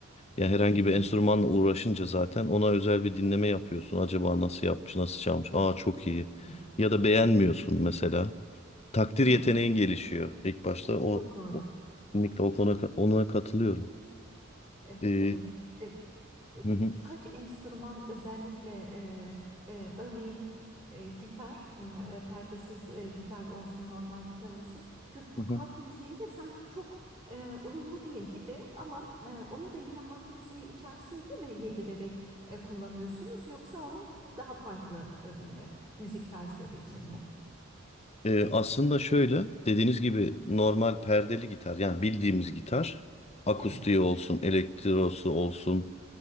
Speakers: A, on the left (about 30°); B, on the right (about 25°).
A: Ya
B: evet,
A: herhangi
B: evet,
A: bir enstrümanla uğraşınca zaten ona özel bir dinleme yapıyorsun. Acaba nasıl yapmış, nasıl çalmış? Aa çok iyi.
B: Hı hı,
A: Ya da beğenmiyorsun mesela. Takdir
B: evet.
A: yeteneğin gelişiyor ilk başta. O,
B: Çok doğru.
A: o kesinlikle o konu ona katılıyorum.
B: Evet,
A: Ee,
B: evet. E, e,
A: hı hı,
B: Birkaç enstrüman özellikle e, e, örneğin e, gitar, m, e, perdesiz e, gitar olsun, normal gitar olsun. Türk mu-
A: hı hı.
B: halk müziğiyle sanki çok e, uyumlu değil gibi ama e, onu da yine halk müziği içerisinde mi yedirerek e, kullanıyorsunuz yoksa onu daha farklı e, e, müzik tarzları için mi?
A: Ee, aslında şöyle dediğiniz gibi normal perdeli gitar yani bildiğimiz gitar akustiği
B: Evet.
A: olsun, elektrosu olsun,